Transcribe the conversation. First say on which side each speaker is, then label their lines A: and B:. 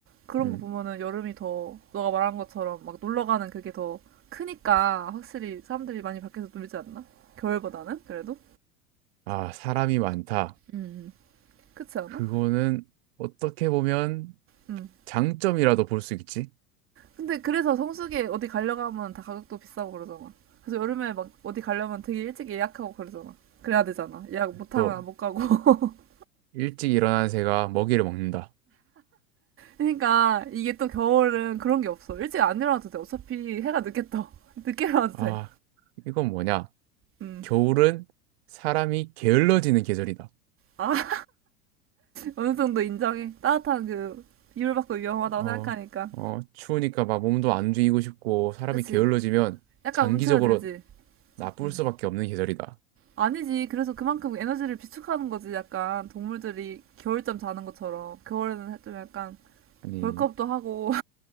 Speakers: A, on the right; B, on the right.
A: 그런
B: 음.
A: 거 보면은 여름이 더 너가 말한 것처럼 막 놀러 가는 그게 더 크니까 확실히 사람들이 많이 밖에서 놀지 않나? 겨울보다는 그래도?
B: 아, 사람이 많다.
A: 음. 그렇지 않아?
B: 그거는 어떻게 보면
A: 응.
B: 장점이라도 볼 수 있지.
A: 근데 그래서 성수기에 어디 가려고 하면 다 가격도 비싸고 그러잖아. 그래서 여름에 막 어디 가려면 되게 일찍 예약하고 그러잖아. 그래야 되잖아. 예약 못하면
B: 또,
A: 못 가고. <laughs>
B: 일찍 일어난 새가 먹이를 먹는다.
A: 그러니까 이게 또 겨울은 그런 게 없어. 일찍 안 일어나도 돼. 어차피 해가 늦게 떠. <laughs> 늦게 일어나도
B: 아,
A: 돼.
B: 이건 뭐냐?
A: 음.
B: 겨울은 사람이 게을러지는 계절이다.
A: 아, <laughs> 어느 정도 인정해. 따뜻한 그 비율 받고 위험하다고
B: 어,
A: 생각하니까.
B: 어, 추우니까 막 몸도 안 움직이고 싶고 사람이
A: 그치.
B: 게을러지면
A: 약간
B: 장기적으로
A: 움츠러들지.
B: 나쁠
A: 음.
B: 수밖에 없는 계절이다.
A: 아니지. 그래서 그만큼 에너지를 비축하는 거지. 약간 동물들이 겨울잠 자는 것처럼. 겨울에는 좀 약간
B: 아니,
A: 벌크업도 하고.